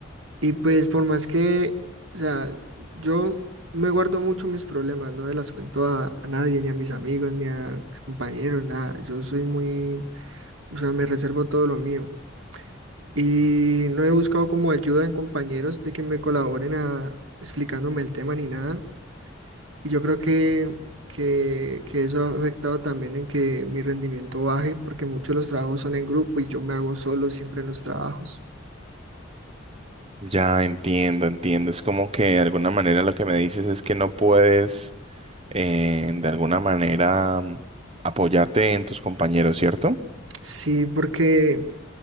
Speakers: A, on the right; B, on the right.
A: Y pues por más que, o sea, yo me guardo mucho mis problemas, no me las cuento a, a nadie, ni a mis amigos, ni a mis compañeros, nada. Yo soy muy, o sea, me reservo todo lo mío. Y no he buscado como ayuda en compañeros de que me colaboren a, explicándome el tema ni nada. Y yo creo que, que, que eso ha afectado también en que mi rendimiento baje, porque muchos de los trabajos son en grupo y yo me hago solo siempre en los trabajos.
B: Ya entiendo, entiendo. Es como que de alguna manera lo que me dices es que no puedes eh, de alguna manera mm, apoyarte en tus compañeros, ¿cierto?
A: Sí, porque...